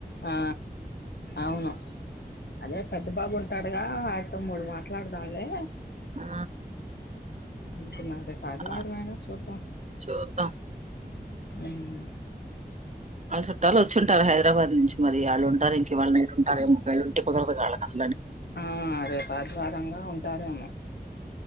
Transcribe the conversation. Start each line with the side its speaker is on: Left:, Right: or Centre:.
Left: ఆ అవును అదే పెద్ద బాబు ఉంటాడుగా ఆయప్ప తో మూడు మా మాట్లాడుదాంలే
Right: ఆ!
Left: అనుకున్నా రేపు ఆదివారమేగా
Right: ఆ!
Left: చూద్దాం
Right: చూద్దాం.
Left: ఊమ్
Right: ఆళ్ళ చుట్టాలు వచ్చుంటారు హైదరాబాద్ నుంచి మరి వాళ్ళుంటారు ఇంక ఇవాళ నైట్ ఉంటారు ఏమో వాల్లుంటే కుదరదు కాదా
Left: ఆ రేపు ఆదివారం గా ఉంటారేమో